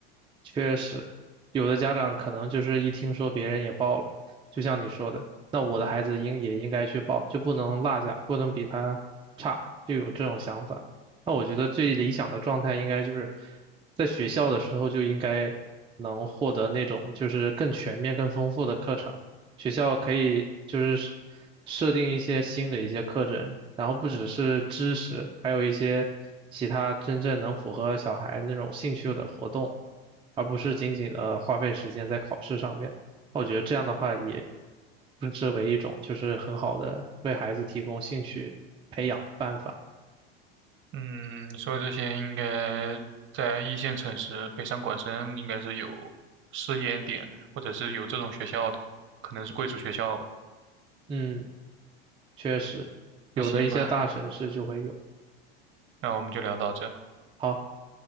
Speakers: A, on the right; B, on the right.
A: 确实，有的家长可能就是一听说别人也报了，就像你说的，那我的孩子应也应该去报，就不能落下，不能比他差，就有这种想法。那我觉得最理想的状态应该就是在学校的时候就应该能获得那种就是更全面、更丰富的课程。学校可以就是设定一些新的一些课程，然后不只是知识，还有一些其他真正能符合小孩那种兴趣的活动。而不是仅仅的花费时间在考试上面。我觉得这样的话也不失为一种就是很好的为孩子提供兴趣培养的办法。
B: 嗯，你说的这些应该在一线城市，北上广深应该是有试验点的，或者是有这种学校的，可能是贵族学校吧。
A: 嗯，确实，有的一些大城市就会有。
B: 那行吧，那我们就聊到这，
A: 好，